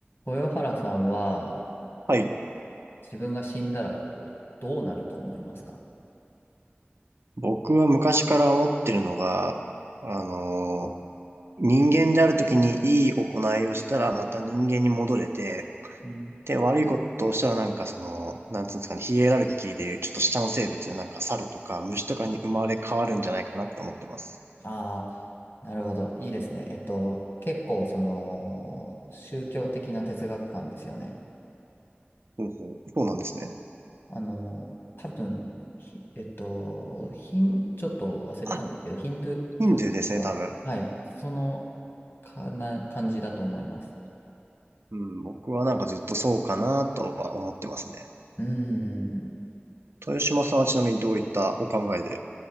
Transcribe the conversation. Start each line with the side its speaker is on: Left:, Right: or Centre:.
Left: 豊原さんは
Right: はい。
Left: 自分が死んだらこうどうなると思いますか
Right: 僕は昔から思ってるのが、あのー人間であるときにいい行いをしたらまた人間に戻れて、
Left: うん。
Right: で、悪いことをしたらなんかその、なんつうんですかね、ヒエラルキーでいうちょっと下の生物なんか猿とか虫とかに生まれ変わるんじゃないかなって思ってます。
Left: ああなるほど。いいですね。えっと、結構その宗教的な哲学観ですよね。
Right: ほうほう。そうなんですね。
Left: あの、多分、ひえっと、ヒン、ちょっと忘れたんですけど、
Right: あ、
Left: ヒンドゥー教とか、
Right: ヒンドゥーですね、多分。
Left: はい、そのかな感じだと思います。
Right: うん、僕はなんかずっとそうかなとは思ってますね。
Left: うーん。
Right: 豊島さんはちなみにどういったお考えで